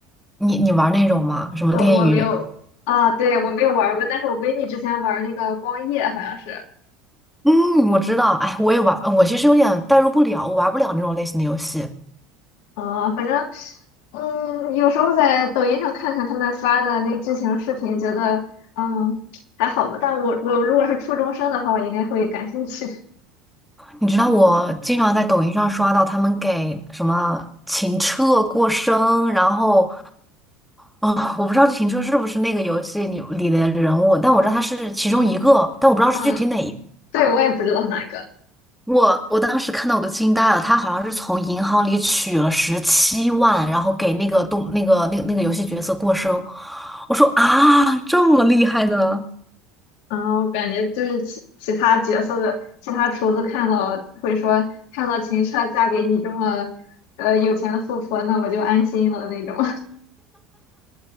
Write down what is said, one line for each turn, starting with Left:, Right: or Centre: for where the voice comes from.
Centre: 你你玩那种吗？什么恋与？
Left: 我我没有啊，对，我没有玩儿过，但是我闺蜜之前玩儿那个光夜好像是。
Centre: 嗯，我知道，哎，我也玩，我其实有点代入不了，我玩不了那种类型的游戏。
Left: 啊，反正，嗯，有时候在抖音上看看他们发的那剧情视频，觉得，嗯，还好吧。但我我如果是初中生的话，我应该会感兴趣。
Centre: 你知道我经常在抖音上刷到他们给什么情车过生，然后啊、我不知道这停车是不是那个游戏里里的人物，但我知道他是其中一个，但我不知道是具体哪一个。
Left: 嗯 <laughs>，对，我也不知道哪个。
Centre: 我我当时看到我都惊呆了，他好像是从银行里取了十七万，然后给那个动那个那个那个游戏角色过生。我说啊，这么厉害的。
Left: 嗯，我感觉就是其其他角色的其他厨子看到会说，看到秦彻嫁给你这么，呃，有钱的富婆，那我就安心了那种。<laughs>